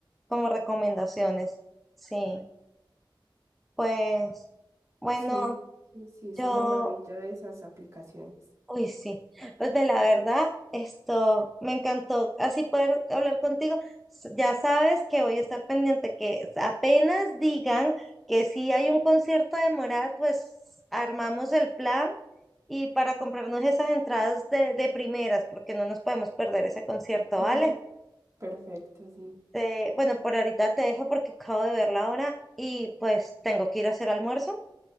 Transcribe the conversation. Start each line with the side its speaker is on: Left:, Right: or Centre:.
Centre: como recomendaciones. Sí, pues bueno,
Right: Sí, sí, sí, esa
Centre: yo
Right: es la maravilla de esas aplicaciones.
Centre: Uy, sí. Pues de la verdad, esto me encantó así poder hablar contigo. S- Ya sabes que voy a estar pendiente que apenas digan que si hay un concierto de Morat, pues armamos el plan y para comprarnos esas entradas de, de primeras, porque no nos podemos perder ese concierto,
Right: <laughs>
Centre: ¿vale?
Right: Perfecto, sí.
Centre: Te- bueno, por ahorita te dejo porque acabo de ver la hora y pues tengo que ir a hacer almuerzo,